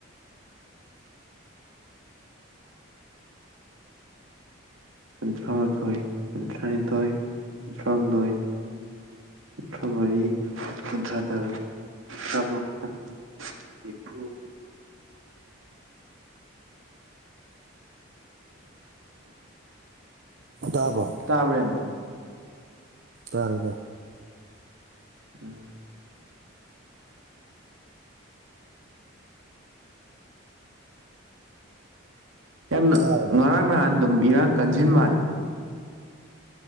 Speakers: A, on the right; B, on the right.
A: ꯀꯨꯟꯊ꯭ꯔꯥꯃꯥꯥꯊꯣꯏ ꯀꯨꯟꯊ꯭ꯔꯥꯅꯤꯊꯣꯏ ꯀꯨꯟꯊ꯭ꯔꯥꯍꯨꯝꯗꯣꯏ ꯀꯨꯟꯊ꯭ꯔꯥꯃꯔꯤ ꯀꯨꯟꯊ꯭ꯔꯥꯇꯔꯨꯛ ꯇꯕ꯭ꯔꯣ <unintelligible> ꯅꯤꯐꯨ
B: ꯇꯥꯕ꯭ꯔꯣ
A: ꯇꯥꯕ꯭ꯔꯥ ꯢꯌꯥꯝꯕ
B: ꯇꯔꯗꯦ
A: ꯎꯝ ꯌꯥꯝꯅ
B: ꯇꯥꯔꯕ
A: ꯉꯔꯥꯡ ꯅꯍꯥꯟ ꯑꯗꯨꯝ ꯏꯔꯥꯡ ꯀꯟꯖꯤꯟ ꯃꯥꯜꯂꯦ